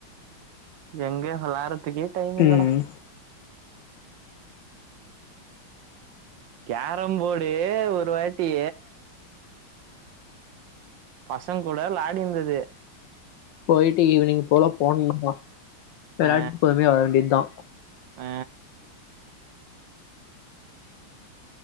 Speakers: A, on the right; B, on the left.
A: எங்க எல்லாரு இதுக்கே டைம் இல்லடா
B: ம்
A: கேரம் போடு ஒரு வாட்டி பசங்க கூட விளாடிருத்தது
B: போயிட்டு ஈவினிங் போல போனும்பா விளாட்டு
A: ஆ
B: பொருமையா வர வேண்டிதா
A: ஆ